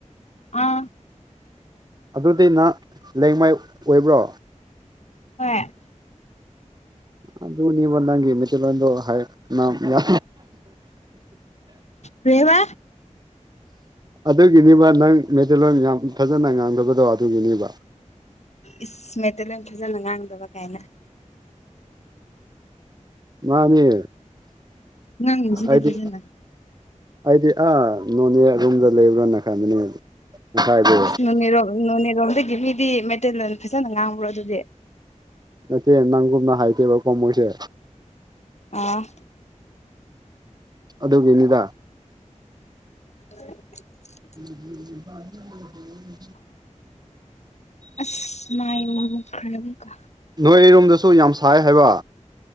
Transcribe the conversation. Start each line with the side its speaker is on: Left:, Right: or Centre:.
Left: ꯑꯥ
Right: ꯑꯗꯨꯗꯤ ꯅꯍꯥꯛ ꯂꯩꯦꯡꯃꯥꯏ ꯑꯣꯏꯕ꯭ꯔꯣ
Left: ꯑ
Right: ꯑꯗꯨ ꯑꯗꯨꯅꯤꯕ ꯅꯪꯒꯤ ꯃꯦꯊꯜꯗꯣ ꯍꯥꯏ ꯌꯥ
Left: ꯀꯦꯕ
Right: ꯑꯗꯨꯒꯤꯅꯦꯕ ꯅꯪ ꯃꯦꯗꯜꯂꯣꯟ ꯌꯥꯝ ꯐꯖꯅ ꯉꯥꯡꯗꯕꯗꯣ ꯑꯗꯨꯒꯤꯅꯦꯕ
Left: ꯏꯁ ꯃꯦꯇꯜ ꯌꯥꯝ ꯐꯖꯅ ꯉꯥꯡꯗꯕ ꯀꯥꯏꯅ
Right: ꯃꯥꯅꯤ
Left: ꯅꯪꯁꯤꯗꯕꯖ
Right: ꯑꯩꯗꯤ ꯑꯩꯗꯤ ꯑꯥ ꯅꯣꯅꯦ ꯑꯗꯨꯨꯝꯗ ꯂꯩꯕ꯭ꯔꯥꯅ ꯈꯟꯕꯅꯦ ꯉꯥꯏꯗ
Left: ꯅꯣꯅꯦꯔꯣꯝ ꯅꯣꯅꯦꯔꯣꯝꯗꯒꯤ ꯃꯤꯗꯤ ꯃꯦꯇꯔꯤ ꯐꯖꯅ ꯉꯥꯡꯕ꯭ꯔꯣ ꯑꯗꯨꯗꯤ
Right: ꯅꯠꯇꯦ ꯅꯪꯒꯨꯝꯅ ꯍꯥꯏꯗꯦꯕ ꯀꯣꯃꯣꯏꯁꯦ
Left: ꯑꯥ
Right: ꯑꯗꯨꯒꯤꯅꯤꯗ
Left: ꯎ
Right: ꯎꯝ
Left: ꯑꯁ ꯃꯥꯏ ꯃ ꯈꯔꯨ ꯀ
Right: ꯅꯣꯏ ꯑꯩꯔꯣꯝꯗꯁꯨ ꯌꯥꯝ ꯁꯥꯏ ꯍꯥꯏꯕ